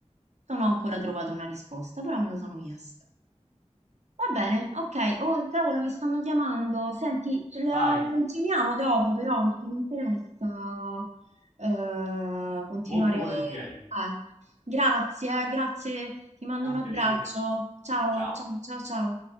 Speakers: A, on the right; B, on the left.
A: Non ho ancora trovato una risposta, però me lo sono chiesto. Va bene, ok. Oh, cavolo, mi stanno chiamando. Senti, ce la,
B: Vai,
A: la continuiamo dopo, però, perché mi interessa eh, continuare.
B: molto volentieri,
A: eh. Grazie, eh, grazie. Ti mando
B: è un
A: un abbraccio.
B: piacere.
A: Ciao,
B: Ciao.
A: ciao, ciao, ciao.